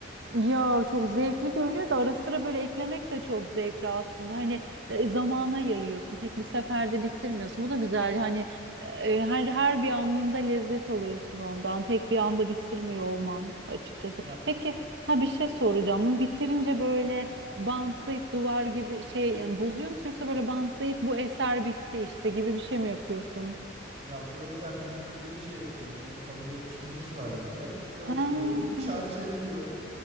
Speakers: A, on the right; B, on the right.
A: Ya çok zevkli görünüyor da ara sıra böyle eklemek de çok zevkli aslında. Hani e, zamana yayıyorsun. Tek bir seferde bitirmiyorsun. Bu da güzel. Hani e, her her bir anında lezzet alıyorsun ondan. Tek bir anda bitirmiyor olman açıkçası.
B: Ya
A: Peki ha bir şey soracağım. Bunu bitirince böyle bantlayıp duvar gibi şey yani bozuyor musun yoksa böyle bantlayıp bu eser bitti işte gibi bir şey mi yapıyorsun?
B: ya bu eser bitti gibi bir şey yapıyorum. Onun puzzle yapıştırıcısı var mesela. Yapıştırıyorum,
A: Ha.
B: çerçeveliyorum.